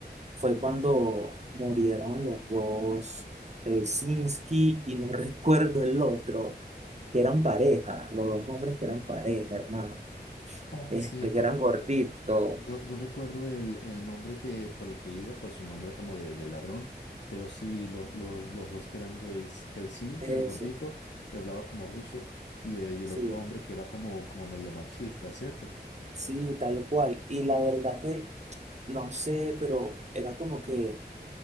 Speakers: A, on the right; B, on the left.
A: fue cuando murieron los dos, el Sinski y no <laughs> recuerdo el otro, que eran pareja, los dos hombres que eran pareja, hermano,
B: Ah,
A: este,
B: Sí,
A: que
B: no
A: eran
B: recuerdo,
A: gorditos.
B: no, no recuerdo el, el nombre que, por el que iba, pues un nombre como de, de ladrón, pero sí, los, los, los dos que eran gays, Helsinki,
A: Eso,
B: el gordito, que hablaba como ruso, y el, y
A: sí,
B: el otro hombre que era como, como medio machista, ¿cierto?
A: sí, tal cual. Y la verdad que, no sé, pero era como que